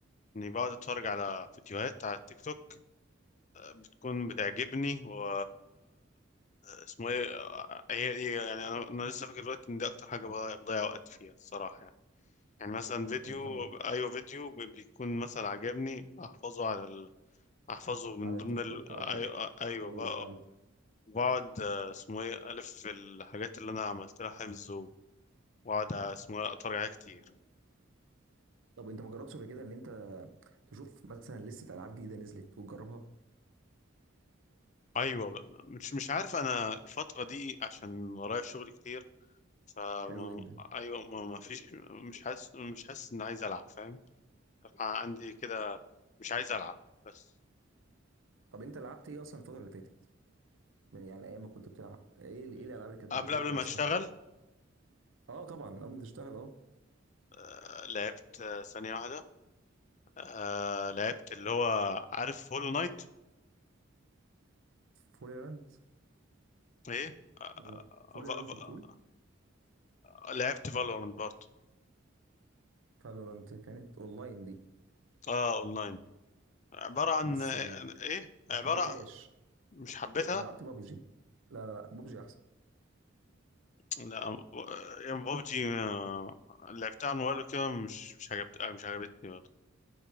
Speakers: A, on the left (about 35°); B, on the right (about 75°).
A: اني بقعد اتفرج على فيديوهات على التيك توك بتكون بتعجبني و اسمه ايه هي هي- يعني انا انا لسه فاكر دلوقتي ان دي اكتر حاجه بضيع بضيع وقت فيها الصراحه يعني يعني مثلا فيديو
B: انت م-
A: ايوه فيديو بي- بيكون مثلا عجبني احفظه على ال... احفظه من
B: على
A: ضمن
B: التيك
A: ال...
B: توك
A: ايوه
B: او كده
A: ايوه
B: ايوه
A: بقى
B: فهمت
A: بقعد آه، اسمه ايه الف في الحاجات اللي انا عملت لها حفظ واقعد اسمه اتفرج عليها كتير
B: طب انت ما جربتش قبل كده ان انت تشوف مثلا لسه العاب جديده نزلت وتجربها
A: ايوه ب- مش مش عارف انا الفتره دي عشان ورايا شغل كتير فما
B: حلو جدا
A: ايوه ما ما فيش مش حاسس مش حاسس ان عايز العب فاهم عندي كده مش عايز العب بس
B: طب انت لعبت ايه اصلا الفتره اللي فاتت من- يعني ايام ما كنت بتلعب ايه ال- ايه الالعاب اللي كانت
A: قبل
B: بالنسبه
A: قبل
B: لك
A: ما
B: مناسبه
A: اشتغل
B: اه طبعا قبل ما تشتغل اه
A: آه، لعبت آه، ثانيه واحده آه، لعبت اللي هو عارف هولو نايت
B: فوليرانت
A: ايه آه،
B: ولا
A: آه،
B: فوليرانت
A: ف-
B: بتقول
A: ف- لعبت فالورانت برضه
B: فالورانت كانت اونلاين دي
A: اه اونلاين عباره عن
B: بس
A: آه، ايه
B: ما
A: عباره
B: حبيتهاش
A: مش حبيتها
B: انا لعبت بابجي لا لا لا بابجي احسن
A: لا ب- يعني ببجي آه، لعبتها على الموبايل وكده مش مش عجبت آه، مش عجبتني برضه